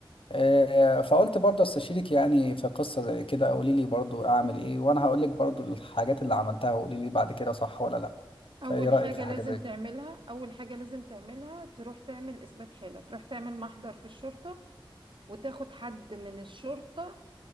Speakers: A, on the left; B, on the right.
A: آه، فقلت برضه استشيرك يعني في قصة زي كده قولي لي برضه أعمل إيه وأنا هقول لك برضه الحاجات اللي عملتها وقولي لي بعد كده صح ولا لأ
B: اول
A: فإيه رأيك
B: حاجه
A: في حاجة
B: لازم
A: زي كده؟
B: تعملها اول حاجه لازم تعملها تروح تعمل اثبات حاله تروح تعمل محضر في الشرطه وتاخد حد من الشرطه